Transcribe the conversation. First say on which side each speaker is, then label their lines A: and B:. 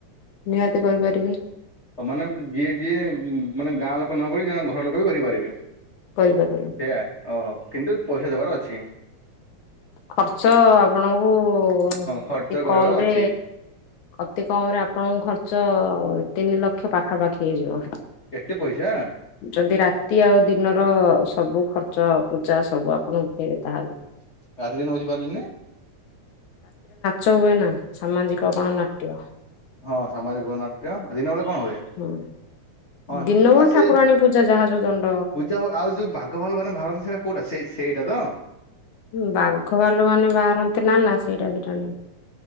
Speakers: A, on the left; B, on the left.
A: ନିହାତି କରିପାରିବି
B: ହଉ ମାନେ ଯିଏ ଯିଏ ମାନେ ଗାଁ ଲୋକ ନକ ଜଣେ ଘର ଲୋକ ବି କରିପାରିବେ ସେଇଆା
A: କରିପାରିବେ
B: ଓହୋ କିନ୍ତୁ ପଇସା ଦେବାର ଅଛି
A: ଖର୍ଚ୍ଚ ଆପଣଙ୍କୁ ହଁ
B: ଖର୍ଚ୍ଚ
A: ଅତି
B: କରିବାର
A: କମରେ
B: ଅଛି।
A: ଅତି କମରେ ଆପଣଙ୍କ ଖର୍ଚ୍ଚ ତିନି ଲକ୍ଷ ପାଖାପାଖି ହେଇଯିବ।
B: ଏତେ ପଇସା
A: ଯଦି ରାତି ଆଉ ଦିନର ସବୁ ଖର୍ ଚ ପୂଜା ସବୁ ଆପଣ ଉଠାଇବେ ତାହେଲେ
B: ରାତି ଦିନ ବୁଝିପାରିଲେନି।
A: ତ ହୁଏ ନା। ସାମାଜିକ ଗଣନାଟ୍ୟ
B: ହଁ ସାମାଜିକ ଗଣନାଟ୍ୟ ଦିନ ବେଳେ କଣ ହୁଏ?
A: ହୁଁ।
B: ହଁ
A: ଦିନମାନ
B: ଆଉ ସେ
A: ଠାକୁରାଣୀ ପୂଜା ଯାହା ଯୋଉ ଦଣ୍ଡ
B: ପୂଜା ଆ ଆଉ ଯୋଉ ବାଘ ଭାଲୁ ମାନେ ବାହାରନ୍ତି ସେଇଟା କୋଉଟା ସେ ସେଇଟା ତ
A: ବାଘ ଭାଲୁ ମାନେ ବାହାରନ୍ତି ନାନା ସେଇଟା ଦିଟା ନହି।